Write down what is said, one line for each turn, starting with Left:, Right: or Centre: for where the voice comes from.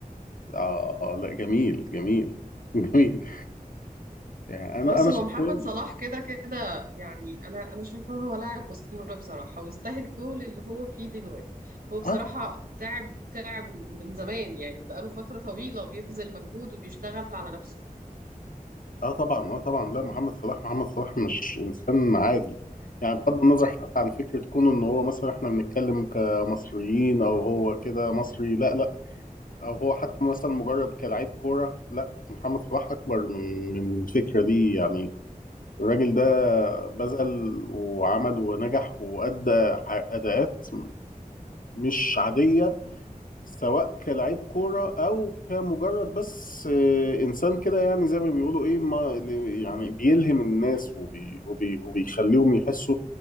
Left: اه لا جميل جميل <laughs> جميل يعني انا
Right: بص
Left: انا
Right: هو
Left: شخصيا
Right: محمد صلاح كده كده يعني انا انا شايفه إن هو لاعب اسطورة بصراحة ويستاهل كل اللي هو فيه دلوقتي هو بصراحة
Left: اه طب-
Right: تعب تعب من زمان يعني بقاله فترة طويلة بيبذل مجهود وبيشتغل على نفسه
Left: اه طبعا اه طبعا لا محمد صلاح محمد صلاح مش انسان عادي يعني بغض النظر حتى عن فكره كونه ان هو مثلا احنا بنتكلم كمصريين او هو كده مصري لا لا، او هو حتى مثلا مجرد كلاعب كوره لا محمد صلاح اكبر من من الفكره دي يعني الراجل ده بذل وعمل ونجح وادى ح- اداءات مش عاديه سواء كلاعب كوره او كمجرد بس آه، انسان كده يعني زي ما بيقولوا ايه ما اللي- يعني بيلهم الناس وبي وبي وبيخليهم يحسوا